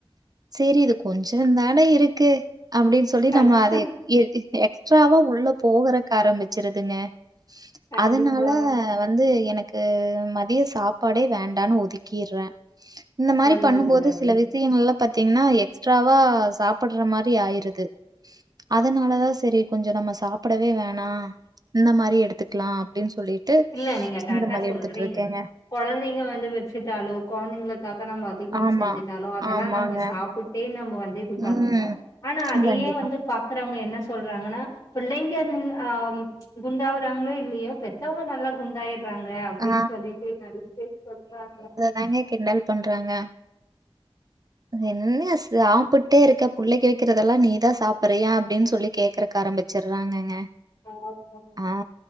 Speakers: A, on the right; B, on the left.
A: சேரி இது கொஞ்சோந்தானே இருக்கு அப்டின் சொல்லி
B: கண்டி
A: நம்ம அத எ எ எக்ஸ்ட்ராவ உள்ள போகுறக்கு ஆரம்பிச்சிருதுங்க
B: கண்டிப்பா
A: அதனால வந்து எனக்கு ம திய சாப்பாடே வேண்டான் ஒதுக்கிர்றே இந்த மாரி
B: நல்லது
A: பண்ணும்போது
B: நல்லது
A: சில விஷயங்கள்ல பாத்தீங்னா எக்ஸ்ட்ராவா சாப்புட்ற மாரி ஆயிருது அதனாலதா செரி கொஞ்சோ நம்ம சாப்புடவே வேணா இந்த மாரி எடுத்துக்லா அப்டின் சொல்லிட்டு
B: இல்ல நீங்க கரெக்டா
A: இந்த மாரி
B: சொல்றீங்க
A: எடுத்துட்ருக்கேங்க
B: கொழந்தைங்க வந்து வெச்சிட்டாலோ கொழந்தைங்களுக்காக நம்ம அதிகமா
A: ஆமா
B: செஞ்சுட்டாலோ அதெல்லா
A: ஆமாங்க
B: நம்ப சாப்பு ட்டே நம்ப வந்து இதுவாகிர்றோ
A: ம்
B: ஆனா அதயே
A: கண்டிப்பா
B: வந்து பாக்றவங்க என்ன சொ சொல்றாங்கன்னா புள்ளைங்க நின் ஆ குண்டாவுறாங்ளோ இல்லயோ பெத்தோங்க நல்லா குண்டாயிர்றாங்க அப்டின்
A: ஆ
B: சொல்லிட்டு நறைய பேர் சொல்றாங்க
A: தாங்க கிண்டல் பண்றாங்க என்ன சாப்புட்டேருக்க புள்ளைக்கி வெக்கிறதெல்லா நீதா சாப்பறியா அப்டின் சொல்லி கேக்றகாரம்பி ச்சறாங்கங்க
B: பாப்போ
A: ஆ